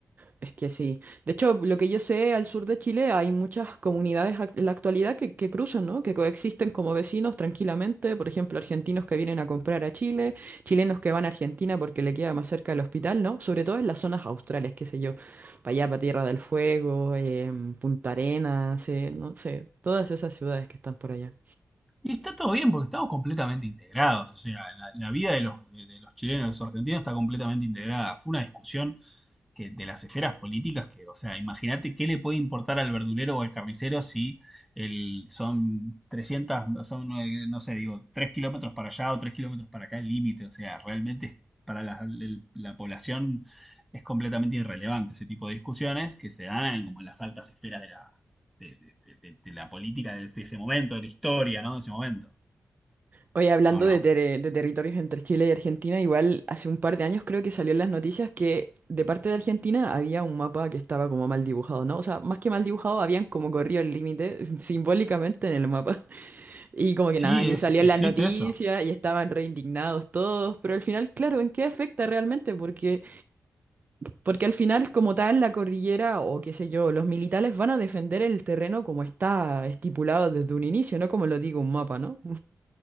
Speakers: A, on the right (about 40°); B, in the centre.
A: Es que sí. De hecho, lo que yo sé, al sur de Chile hay muchas comunidades ac- en la actualidad que, que cruzan, ¿no? Que coexisten como vecinos tranquilamente. Por ejemplo, argentinos que vienen a comprar a Chile, chilenos que van a Argentina porque le queda más cerca el hospital, ¿no? Sobre todo en las zonas australes, qué sé yo, para allá, para Tierra del Fuego, em, Punta Arenas, eh, no sé, todas esas ciudades que están por allá.
B: Y está todo bien porque estamos completamente integrados, o sea, la, la vida de los, de, de los chilenos, de los argentinos está completamente integrada. Fue una discusión que de las esferas políticas que, o sea, imagínate qué le puede importar al verdulero o al carnicero si el, son 300, son, eh, no sé, digo, 3 kilómetros para allá o 3 kilómetros para acá el límite, o sea, realmente es- para la, el- la población es completamente irrelevante ese tipo de discusiones que se dan en, como en las altas esferas de la, de, de- de- de- de la política de, de ese momento, de la historia, ¿no? De ese momento.
A: Oye, hablando
B: ¿O
A: de,
B: no?
A: ter- de territorios entre Chile y Argentina, igual hace un par de años creo que salió en las noticias que de parte de Argentina había un mapa que estaba como mal dibujado, ¿no? O sea, más que mal dibujado, habían como corrido el límite <laughs> simbólicamente en el mapa. Y como que
B: Sí,
A: nada, aquí
B: es,
A: salió
B: existe
A: en las noticias
B: eso.
A: y estaban re indignados todos, pero al final, claro, ¿en qué afecta realmente? Porque, porque al final, como tal, la cordillera o qué sé yo, los militares van a defender el terreno como está estipulado desde un inicio, no como lo digo un mapa, ¿no?